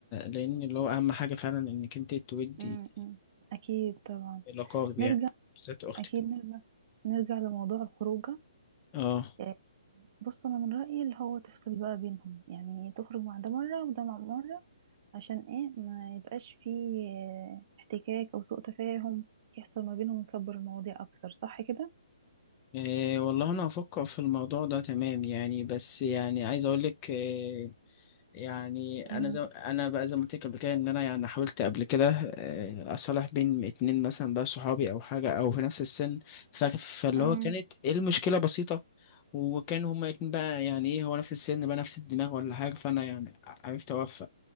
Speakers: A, on the left; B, on the right.
A: لان اللي هو اهم حاجه فعلا انك انت تودي
B: مم. مم. أكيد طبعا
A: آه، الاقارب
B: نرجع
A: يعني بالذات اختك
B: أكيد نرجع نرجع لموضوع الخروجة
A: اه
B: آه، بص انا من رايي اللي هو تفصل بقى بينهم يعني تخرج مع ده مره وده مع مره عشان ايه ما يبقاش فيه آه، احتكاك او سوء تفاهم يحصل ما بينهم يكبر المواضيع اكتر صح كده
A: إيه والله انا هفكر في الموضوع ده تمام يعني بس يعني عايز اقول لك إيه يعني انا
B: امم
A: زي انا بقى زي ما قلت لك قبل كده ان انا يعني حاولت قبل كده إيه اصالح بين اتنين مثلا بقى صحابي او حاجه او في نفس السن ف- فاللي
B: امم
A: هو كانت إيه المشكله بسيطه وكان هما الاتنين بقى يعني ايه هو نفس السن بقى نفس الدماغ ولا حاجه فانا يعني عرفت اوفق